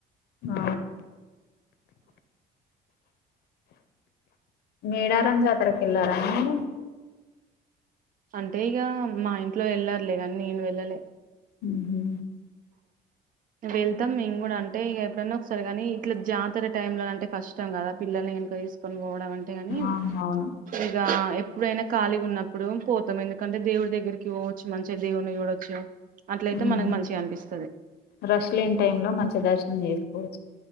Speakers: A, on the left (about 70°); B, on the right (about 55°).
A: ఆ మేడారంని జాతరకి వెళ్లారా మీరు
B: అంటే ఇగ మా ఇంట్లో వెళ్ళర్లే కానీ నేను వెళ్ళలే
A: ఉహు..
B: వెళ్తాం మేము కూడా అంటే ఎప్పుడన్నా ఒకసారి కానీ ఇట్లా జాతర టైమ్ లో అంటే కష్టం కదా పిల్లని గీనుక తీసుకొని కని పోవడం అంటే ని
A: అవునవును
B: ఇగా ఎప్పుడైనా ఖళీగా ఉన్నప్పుడు పోతాం ఎందుకంటే దేవుడి దగ్గరికి పోవచ్చు మంచిగా దేవుని చూడవచ్చు అట్లయితే
A: ఉమ్
B: మనకు మంచిగా అనిపిస్తుంది
A: రష్ లేని టైమ్ లో మంచి దర్శనం చేసుకోవచ్చు